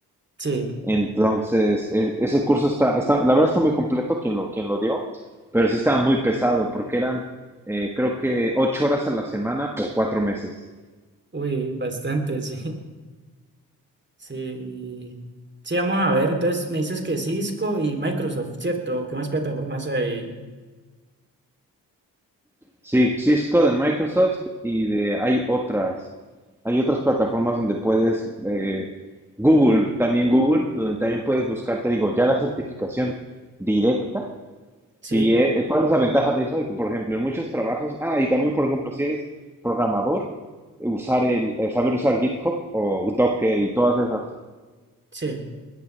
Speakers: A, on the right; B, in the centre.
A: Sí,
B: Entonces, e- ese curso está, está, la verdad está muy completo quien lo, quien lo dio, pero sí estaba muy pesado porque eran, eh, creo que, ocho horas a la semana por cuatro meses.
A: uy, bastante, <laughs> sí. Sí. Sí, vamos a ver. Entonces me dices que Cisco y Microsoft, ¿cierto? ¿Qué más plataformas hay?
B: Sí, Cisco de Microsoft y de, hay otras, hay otras plataformas donde puedes, eh, Google, también Google, donde también puedes buscar, te digo, ya la certificación directa
A: Sí,
B: ¿Y eh, cuál es la ventaja de eso? De que, por ejemplo, en muchos trabajos, ah, y también, por ejemplo, si eres programador, usar el, eh, saber usar GitHub o Docker y todas esas.
A: sí,